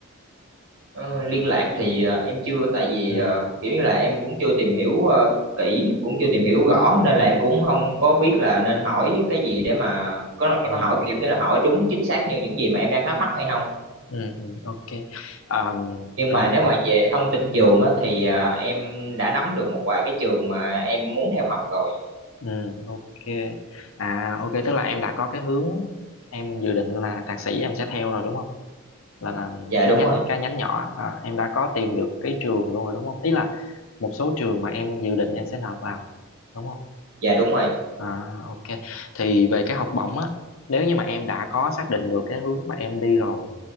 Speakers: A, on the right (about 65°); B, on the left (about 75°).
A: Ờ, liên lạc thì ờ, em chưa tại vì
B: ừ
A: ờ, kiểu như là em cũng chưa tìm hiểu ờ, kỹ cũng chưa tìm hiểu rõ nên là em cũng không có biết là nên hỏi cái gì để mà có
B: ừ
A: nó có hỏi kiểu như là hỏi đúng chính xác như những gì mà em đang thắc mắc hay không.
B: ừ, ừ ok Ờm,
A: nhưng
B: rồi
A: mà nếu mà về thông tin trường á thì à, em đã nắm được một vài cái trường mà em muốn theo học rồi
B: ừ ok à ok tức là em đã có cái hướng em dự định là thạc sĩ em sẽ theo rồi đúng không là là
A: dạ
B: cái
A: đúng
B: nhánh
A: rồi
B: cái nhánh nhỏ à, em đã có tìm được cái trường luôn rồi đúng không ý là một số trường mà em dự định em sẽ nộp vào đúng không
A: dạ đúng rồi
B: à ok thì về cái học bổng á nếu như mà em đã có xác định được cái hướng mà em đi rồi